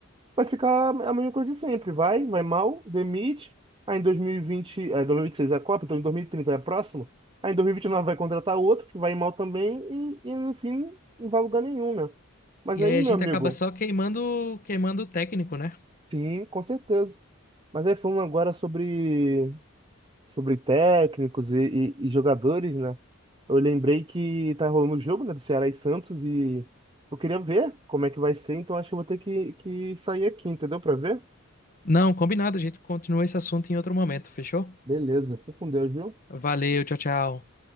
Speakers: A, on the right; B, on the left.
A: vai ficar a mesma coisa de sempre. Vai, vai mal, demite. Aí em 2020, é, 2026 é a Copa, então em 2030 é a próxima. Aí em 2029 vai contratar outro que vai mal também e, e enfim, não vai a lugar nenhum, né? Mas
B: E
A: aí,
B: aí a
A: meu
B: gente
A: amigo,
B: acaba só queimando, queimando o técnico, né?
A: sim, com certeza. Mas aí falando agora sobre, sobre técnicos e, e- e jogadores, né? Eu lembrei que tá rolando o jogo, né, do Ceará e Santos e eu queria ver como é que vai ser, então acho que eu vou ter que, que sair aqui, entendeu? Pra ver?
B: Não, combinado, a gente continua esse assunto em outro momento, fechou?
A: Beleza, fica com Deus, viu?
B: Valeu, tchau, tchau.